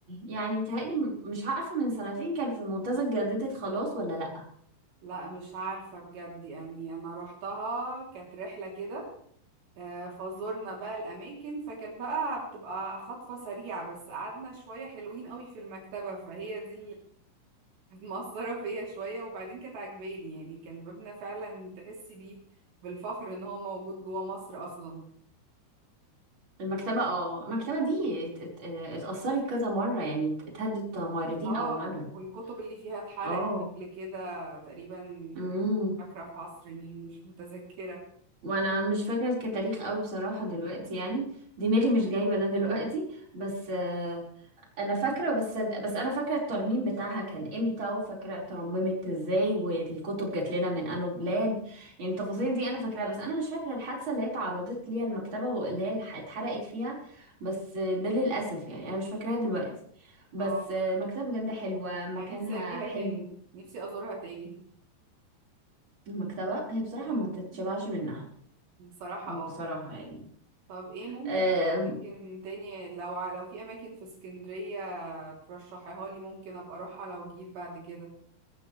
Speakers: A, on the right; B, on the right.
A: يعني متهيألي م- مش عارفة من سنتين كانت المنتزه اتجددت خلاص ولا لأ
B: لا مش عارفة بجد يعني أنا روحتها كانت رحلة كده آه، فزورنا بقى الأماكن فكانت بقى بتبقى خطفة سريعة بس قعدنا شوية حلوين قوي في المكتبة فهي دي كانت مأثرة فيا شوية وبعدين كانت عجباني يعني كان مبنى فعلا تحسي بيه بالفخر ان هو موجود جوه مصر اصلا
A: المكتبة اه المكتبة دي ات- ات- آه، اتأثرت كذا مرة يعني ات- اتهدت مرتين
B: اه
A: أو مرة
B: والكتب اللي فيها اتحرقت
A: اه
B: قبل كده تقريبا مش
A: امم
B: فاكرة في عصر مين مش متذكرة
A: وانا مش فاكرة كتاريخ قوي بصراحة دلوقتي يعني دماغي مش جايبة ده دلوقتي بس آه، انا فاكره بس بس انا فاكره الترميم بتاعها كان امتى وفاكره اترممت ازاي والكتب جات لنا من انو بلاد يعني التفاصيل
B: اه
A: دي انا فاكراها بس انا مش فاكره الحادثه اللي هي اتعرضت ليها المكتبه واللي هي الح- اتحرقت فيها بس ده للاسف يعني انا مش فاكراها دلوقتي بس
B: اه
A: المكتبه بجد حلوه مكانها
B: مع نفسي اجيها
A: حلو
B: تاني نفسي ازورها تاني
A: المكتبه هي بصراحه
B: اه
A: ما تتشبعش منها
B: بصراحة
A: بصراحه
B: اه
A: يعني
B: طب ايه ممكن
A: أه،
B: اماكن تانية لو ع- لو في اماكن في اسكندرية ترشحيها لي ممكن ابقى اروحها لو جيت بعد كده